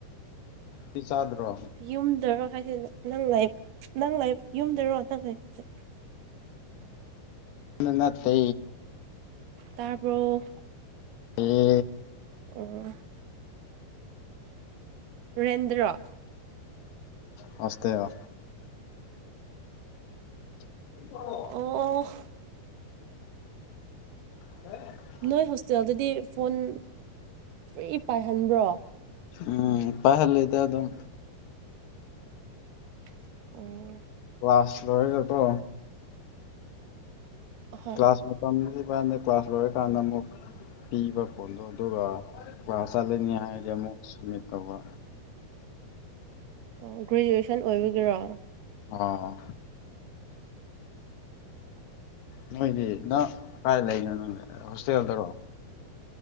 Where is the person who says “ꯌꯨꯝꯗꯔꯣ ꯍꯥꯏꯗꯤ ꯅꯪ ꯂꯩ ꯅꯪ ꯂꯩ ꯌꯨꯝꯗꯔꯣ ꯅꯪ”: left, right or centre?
Right